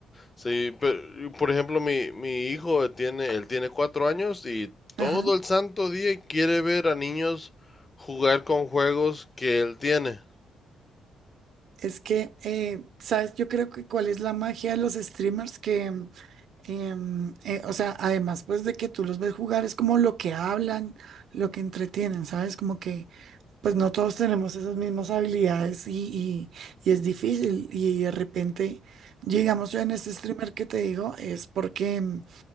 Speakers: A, on the left; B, on the right.
A: Sí, pero, por ejemplo, mi, mi hijo tiene, él tiene cuatro años y todo
B: Ajá.
A: el santo día quiere ver a niños jugar con juegos que él tiene.
B: Es que, eh, ¿sabes? Yo creo que cuál es la magia de los streamers que, em, em, eh, o sea, además pues de que tú los ves jugar, es como lo que hablan, lo que entretienen, ¿sabes? Como que pues no todos tenemos esas mismas habilidades y, y- y es difícil. Y de repente, digamos, yo en este streamer que te digo, es porque mm,